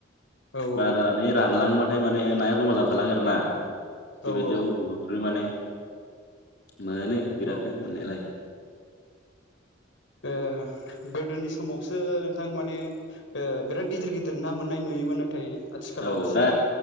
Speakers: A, on the left (about 70°); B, on the left (about 55°).
A: औ
B: बारा जानानै रानलांबाथाय माने नाया जमा जाना थालाङो आरोना।
A: औ
B: बेबायदियाव
A: औ
B: गुरो माने, मोनो बिरादनो
A: ओ
B: मोननायालाय।
A: गोदोनि समावसो नोंथां माने बिराद गिदिर गिदिर ना मोननाय नुयोमोन नाथाय आथिखालाव
B: औ
A: एसे
B: दा